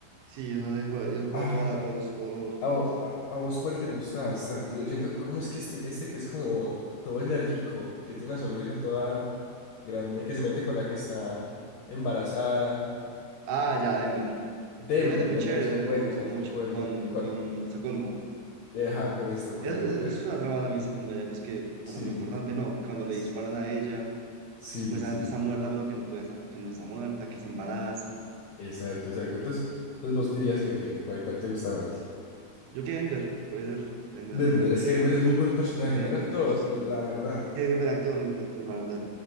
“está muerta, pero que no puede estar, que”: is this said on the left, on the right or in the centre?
Right